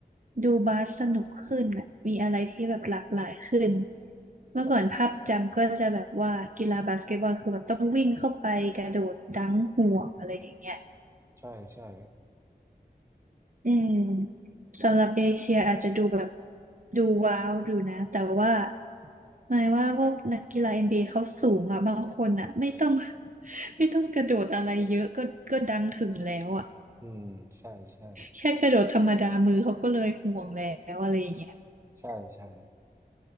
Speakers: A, on the right (about 50°); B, on the right (about 15°).
A: ดูบาสสนุกขึ้นอ่ะมีอะไรที่แบบหลากหลายขึ้นเมื่อก่อนภาพจำก็จะแบบว่ากีฬาบาสเกตบอลคือแบบต้องวิ่งเข้าไปกระโดดดังห่วงอะไรอย่างเงี้ย
B: ใช่ใช่ใช่
A: อืมสำหรับเอเชียอาจจะดูแบบดูว้าวดูนะแต่ว่าหมายว่าพวกนักกีฬา n บ a เอเขาสูงอ่ะบางคนอ่ะไม่ต้อง <laughs> ไม่ต้องกระโดดอะไรเยอะก็ก็ดังถึงแล้วอ่ะ
B: อืมใช่ใช่
A: แค่กระโดดธรรมดามือเขาก็เลยห่วงแล้วอะไรอย่างเงี้ย
B: ใช่ใช่